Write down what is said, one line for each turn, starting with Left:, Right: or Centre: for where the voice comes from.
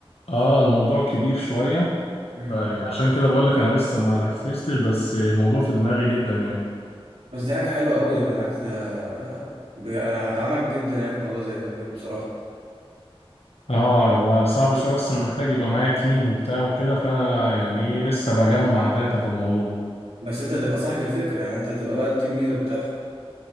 Left: اه الموضوع كبير شوية
Right: امم
Left: فيعني عشان كده بقول لك انا لسه ما نفذتش بس الموضوع في دماغي جدا يعني
Right: بس دي حاجه حلوه قوي ده بالعكس ده بج- انا هدعمك جدا يعني في موضوع زي ده بجد بصراحه
Left: اه هو صعب شوية بس محتاج يبقى معايا تيم وبتاع وكده فأنا يعني إيه لسه بجمع داتا في الموضوع
Right: بس انت تبقى صاحب الفكره يعني انت هتبقى بقى التيم ليدر بتاعها